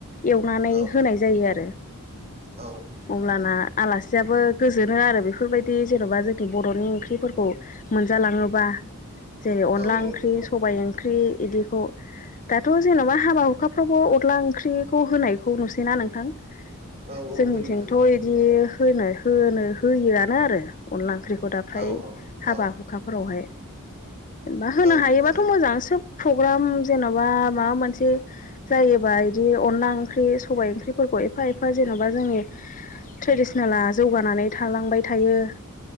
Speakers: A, on the left; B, on the right.
A: एवनानै
B: औ
A: होनाय जायो आरो
B: औ
A: अब्लाना आलासियाबो गोजोनो आरो बेफोरबायदि जेन'बा जोंनि बर'नि ओंख्रिफोरखौ मोनजालाङोबा जेरै अनला
B: औ औ
A: ओंख्रि
B: नंगौ
A: सबाय ओंख्रि बिदिखौ दाथ' जेन'बा हाबा हुखाफ्रावबो अनला ओंख्रिखौ होनायखौ नुसैना नोंथां
B: औ
A: जोंनिथिंथ'
B: होयो होयो नंगौ
A: बिदि
B: नोंथां
A: होनो होनो होयोआानो आरो अनला ओंख्रिखौ दा फ्राय
B: औ औ
A: हाबा
B: औ
A: हुखाफोरावहाय जेनेबा होनो
B: औ
A: हायोबाथ'
B: नोंथां औ
A: मोजां सोब प्रग्राम जेन'बा माबा मोनसे जायोबा इदि अनला ओंख्रि सबाय ओंख्रिफोरखौ एफा-एफा जेन'बा जोंनि थ्रेडिसनेला जौगानानै थालांबाय थायो